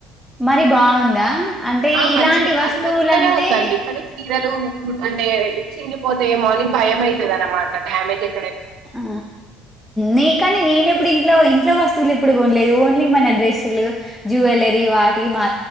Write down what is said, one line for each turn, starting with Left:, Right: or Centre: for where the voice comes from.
Centre: మరి బాగుందా అంటే
Right: ఆ
Centre: ఇలాంటి
Right: మంచిగా
Centre: వస్తువులంటే
Right: అది మంచిగానే ఉందండి కానీ చీరలు కు అంటే చింగిపోతయేమో అని భయం ఐతదనమాట డ్యామేజ్ ఎ
Centre: ఆ నీకని నేనెప్పుడు ఇం లో ఇంట్ల వస్తువులు ఎప్పుడు కొనలేదు ఒన్లీ మన డ్రస్సులు జ్యువెలరీ వాటికి మా